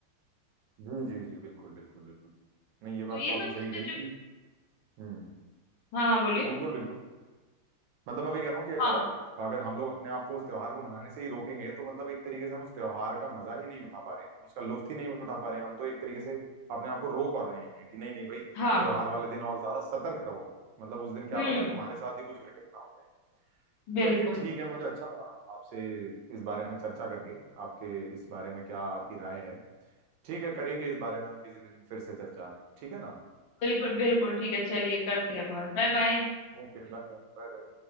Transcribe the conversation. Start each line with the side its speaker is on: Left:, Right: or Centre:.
Right: जी जी जी बिल्कुल बिल्कुल बिल्कुल नहीं ये
Left: तो
Right: बात
Left: ये
Right: तो आपने
Left: सब
Right: सही
Left: चीजें
Right: कही कि
Left: जो
Right: हम्म
Left: हाँ हाँ बोलिए
Right: बिल्कुल बिल्कुल मतलब मैं वही कह रहा हूँ कि अगर
Left: हाँ
Right: अगर हम लोग अपने आप को उस त्योहार को मनाने से ही रोकेंगे तो मतलब एक तरीके से हम उस त्योहार का मजा ही नहीं उठा पा रहे हैं हम उसका लुत्फ ही नहीं उठा पा रहे हैं हम तो एक तरीके से अपने आप को रोक और रहे हैं कि नहीं नहीं भाई
Left: हाँ
Right: त्योहार वाले दिन और ज्यादा सतर्क रहो मतलब उस दिन क्या
Left: हम्म
Right: पता तुम्हारे साथ ही कुछ घटित ना हो जाए
Left: बिल्कुल
Right: चलिए ठीक है मुझे अच्छा लगा आपसे इस बारे में चर्चा करके आपके इस बारे में क्या आपकी राय है ठीक है करेंगे इस बारे में हम किसी दिन फिर से चर्चा ठीक है ना
Left: बिल्कुल बिल्कुल ठीक है चलिए करते हैं बात
Right: ठीक
Left: बाय
Right: है
Left: बाय
Right: Okay bye bye Bye bye